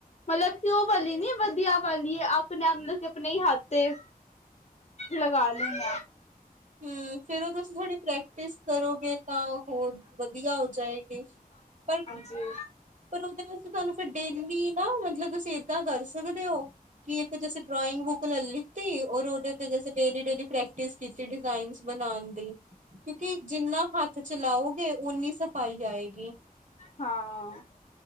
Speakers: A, on the left (about 45°); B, on the right (about 55°).
A: ਮਤਲਬ ਕਿ ਉਹ ਵਾਲੀ ਨੀ, ਵਦੀਆ ਵਾਲੀ, ਅਪਣੇ ਮਤਲਬ ਕਿ ਅਪਣੇ ਈ ਹੱਥ ਤੇ ਲਗਾ ਲੈਣੇ ਆ।
B: ਹੂੰ, ਫੇਰ ਉਹ ਤੁਸੀਂ ਥੋੜੀ ਪ੍ਰੈਕਟਿਸ ਕਰੋਗੇ ਤਾਂ ਹੋਰ ਵਦੀਆ ਹੋ ਜਾਏਗੀ। ਪਰ
A: ਜੀ।
B: ਪਰ ਉਹਦੇ ਵਿੱਚ ਤੁਆਨੂੰ ਫਿਰ ਡੇਲੀ ਨਾ ਮਤਲਬ ਤੁਸੀਂ ਏਦਾਂ ਕਰ ਸਕਦੇ ਓ। ਕਿ ਇੱਕ ਜੈਸੇ ਡਰਾਇੰਗ ਬੁੱਕ ਲੈ ਲੀੱਤੀ ਓਰ ਉਹਦੇ ਤੇ ਜੈੇਸੇ ਡੇਲੀ-ਡੇਲੀ ਪ੍ਰੈਕਟਿਸ ਕੀਤੀ ਡਿਜ਼ਾਇਨਸ ਬਣਾਣ ਦੀ। ਕਿਉਂਕਿ ਜਿੰਨਾ ਹੱਥ ਚਲਾਓਗੇ, ਓੱਨੀ ਸਫ਼ਾਈ ਆਏਗੀ।
A: ਹਾਂ।